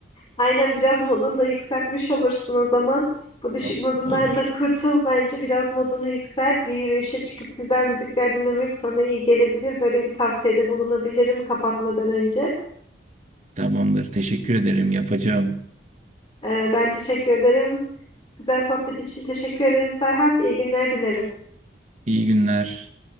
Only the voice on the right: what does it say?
Ol-
Olur.
Tamamdır. Teşekkür ederim. Yapacağım.
İyi günler.